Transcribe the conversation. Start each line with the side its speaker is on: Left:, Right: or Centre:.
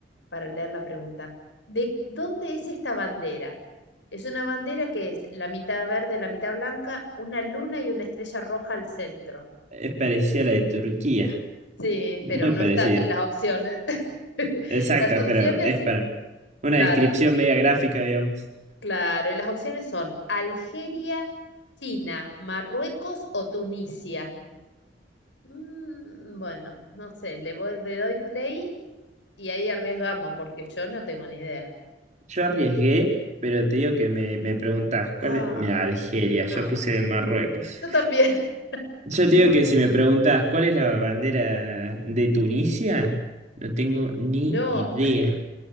Left: para leer la pregunta. ¿De dónde es esta bandera? Es una bandera que es la mitad verde, la mitad blanca, una luna y una estrella roja al centro.
Right: Es parecida a la de Turquía.
Left: Sí,
Right: Muy
Left: pero no
Right: parecida.
Left: está entre las opciones. <laughs>
Right: Exacto,
Left: Las opciones,
Right: pero es para una
Left: claro,
Right: descripción media gráfica, digamos.
Left: claro, y las opciones son Algeria, China, Marruecos o Tunisia. Mm, bueno, no sé, le voy, le doy play y ahí arriesgamos, porque yo no tengo ni idea.
Right: Yo arriesgué, pero te digo que me, me preguntás, ¿cuál
Left: Ah,
Right: es? Mira, Algeria, yo
Left: No,
Right: puse Marruecos.
Left: yo también.
Right: Yo
Left: <laughs>
Right: te digo que si me preguntás, ¿cuál es la bandera de Tunisia? No tengo ni
Left: No,
Right: idea.